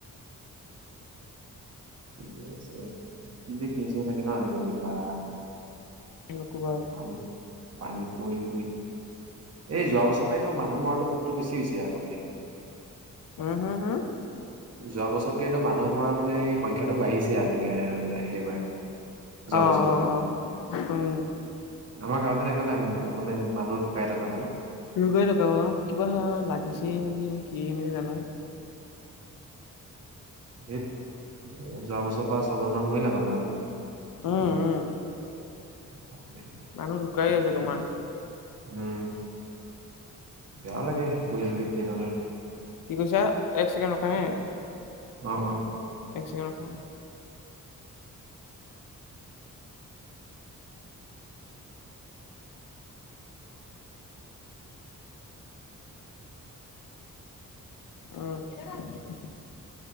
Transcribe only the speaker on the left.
নকবা আৰু
হুম-হুম-হুম
অ-অ-অ,
উম।
ধুকাই থকা হ'ল অঁ কিবা লাগিছে নেকি কিয়ে নে জানো
উম-উম
মানুহ ঢুকাই আছে তোমাৰ
কি কৈছা এক ছেকেণ্ড ৰখা হে
এক চেকেণ্ড ৰখা <inaudible> <inaudible> আহ <unintelligible>